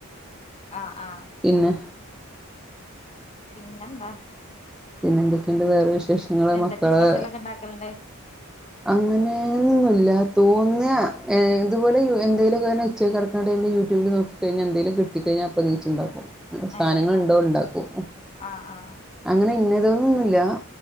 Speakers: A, on the left; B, in the centre.
A: ആഹ് ആഹ്
B: പിന്നെ
A: പിന്നെന്താ
B: പിന്നെ എന്തൊക്കെയുണ്ട് വേറെ വിശേഷങ്ങള്
A: എന്തൊക്കെ
B: മക്കള്
A: സ്പെഷ്യലൊക്കെ ഉണ്ടാക്കലുണ്ട്
B: അങ്ങനെ ന്നുല്ല തോന്ന്യാ ഇതുപോലെ എന്തെലൊക്കെ ഉച്ചക്ക് കേടക്ക്ണ ടൈമില് യൂട്യൂബില് നോ കഴിഞ്ഞ എന്തേലും കിട്ടി കഴിഞ്ഞാ അപ്പ നീച്ച് ഇണ്ടാക്കും സാനങ്ങള്
A: ഏ
B: ഇണ്ടോ ഇണ്ടാക്കും
A: ആ ആ
B: അങ്ങനെ ഇനത്ന്നൊന്നും ഇല്ല